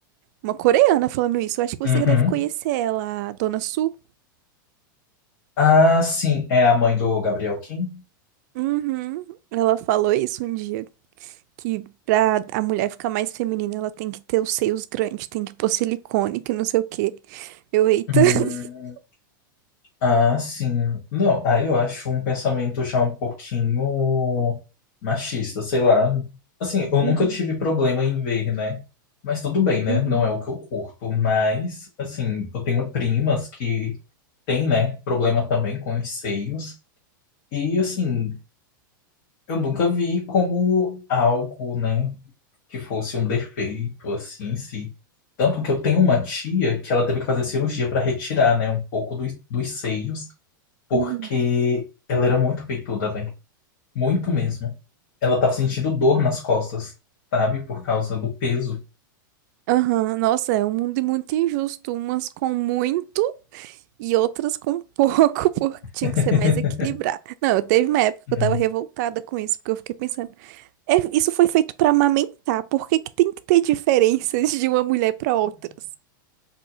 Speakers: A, on the right; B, on the left.
A: Uma coreana falando isso, eu acho que
B: Uhum.
A: você deve conhecer ela, a Dona Su.
B: Ah, sim, é a mãe do Gabriel Kim?
A: Uhum, ela falou isso um dia, que pra a mulher ficar mais feminina, ela tem que ter os seios grandes, tem que pôr silicone, que não sei o quê. Eu, eita.
B: Hum.
A: <laughs>
B: Ah, sim. Não, ah, eu acho um pensamento já um pouquinho machista, sei lá. Assim, eu
A: Uhum,
B: nunca tive problema em ver, né? Mas tudo bem, né?
A: uhum,
B: Não é o que eu curto. Mas, assim, eu tenho primas que têm, né, problema também com os seios. E, assim, eu nunca vi como algo, né, que fosse um defeito, assim, em si. Tanto que eu tenho uma tia que ela teve que fazer cirurgia para retirar, né, um pouco dos, dos seios porque
A: uhum.
B: ela era muito peituda, velho. Muito mesmo. Ela tava sentindo dor nas costas, sabe? Por causa do peso.
A: Aham, Nossa, é um mundo muito injusto, umas com muito e outras com pouco, <laughs> porque tinha
B: <laughs>
A: que ser mais equilibrado. Não, eu teve uma época
B: Hum.
A: que eu tava revoltada com isso, porque eu fiquei pensando, é, isso foi feito pra amamentar, por que que tem que ter diferenças de uma mulher pra outras?